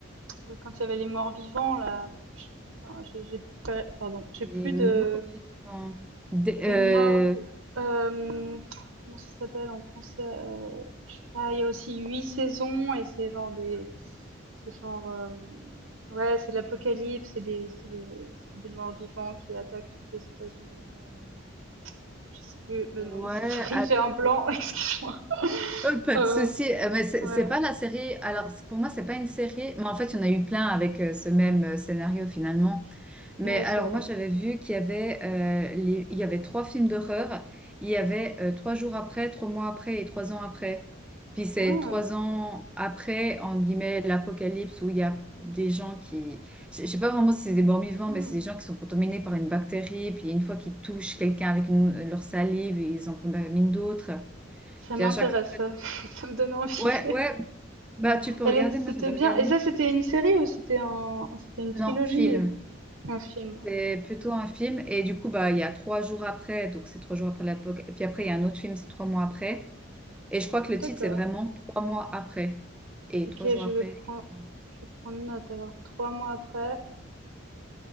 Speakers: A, on the right; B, in the centre.
A: ouais, quand il y avait les morts-vivants là, ch putain, j'ai j'ai pas pardon, j'ai
B: Les
A: plus
B: morts
A: de
B: vivants. Des- euh,
A: les morts vi hem, comment ça s'appelle en français? Heu, je sais pas, il y a aussi 8 saisons et c'est genre des c'est genre, hem, ouais, c'est l'apocalypse, c'est des c'est les c'est des morts-vivants qui attaquent toutes les États-Unis, hem, je sais plus le
B: ouais,
A: nom de cette série, j'ai un blanc, <laughs> excuse-moi.
B: Oh, pas
A: Heu,
B: de souci. Euh, mais c'est
A: ouais,
B: c'est pas la série. Alors, c'est- pour moi, c'est pas une série. Mais en fait, il y en a eu plein avec euh, ce même euh, scénario finalement. Mais
A: ouais,
B: alors,
A: c'est vrai.
B: moi, j'avais vu qu'il y avait, euh, les- il y avait trois films d'horreur. Il y avait euh, trois jours après, trois mois après et trois ans après. Puis c'est
A: Ah,
B: trois ans après, entre guillemets, l'apocalypse où il y a des gens qui. Je je sais pas vraiment si c'est des morts-vivants,
A: mmh.
B: mais c'est des gens qui sont contaminés par une bactérie. Puis une fois qu'ils touchent quelqu'un avec une- leur salive, ils en contaminent d'autres.
A: Ça
B: Puis
A: m'intéresse,
B: à chaque fois,
A: ça. <laughs> Ça me donne envie.
B: Ouais,
A: <laughs>
B: ouais, bah tu peux
A: Elle
B: regarder,
A: est- c'était
B: moi j'avais
A: bien.
B: regardé.
A: Et ça, c'était une série ou c'était un, c'était une
B: Non,
A: trilogie?
B: film.
A: Un film, ok.
B: C'est plutôt un film. Et du coup, bah il y a trois jours après, donc c'est trois jours après la Et puis après, il y a un autre film, c'est trois mois après. Et je crois que le
A: D'accord.
B: titre, c'est vraiment trois mois après. Et
A: Ok,
B: trois jours
A: je
B: après,
A: vais prendre,
B: et trois ans.
A: je vais prendre note. Alors, trois mois après,